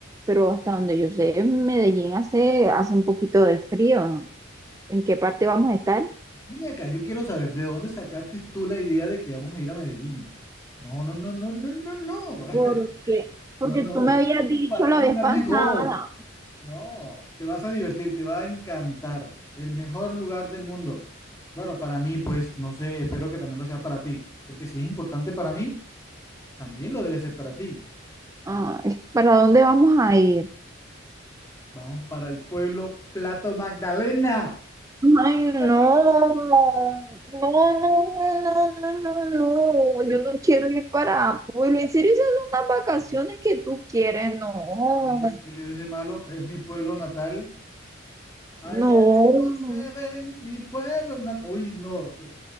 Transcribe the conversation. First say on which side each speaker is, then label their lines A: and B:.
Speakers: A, on the right; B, on the left.
A: pero hasta donde yo sé, en Medellín hace, hace un poquito de frío, ¿no? ¿En qué parte vamos a estar?
B: Ven acá, yo quiero saber de dónde sacaste tú la idea de que vamos a ir a Medellín. No, no, no, no, no, no, no. <laughs>
A: Porque, porque
B: No, no.
A: tú me habías dicho
B: Vamos para
A: la
B: un lugar
A: vez pasada.
B: mejor. No, te vas a divertir, te va a encantar. El mejor lugar del mundo. Bueno, para mí, pues, no sé, espero que también lo sea para ti, porque si es importante para mí, también lo debe ser para ti.
A: Ay, ¿para dónde vamos a ir?
B: Vamos para el pueblo Plato Magdalena.
A: Ay,
B: Fíjate.
A: no, no, no, no, no, no, no,
B: Sí.
A: yo no quiero ir para Pueblo. En serio, esas son las vacaciones que tú quieres, no,
B: Sí, ¿qué le ves de malo? Es mi pueblo natal. Allá
A: no.
B: lejos se ve mi pueblo natal. Uy, no, t-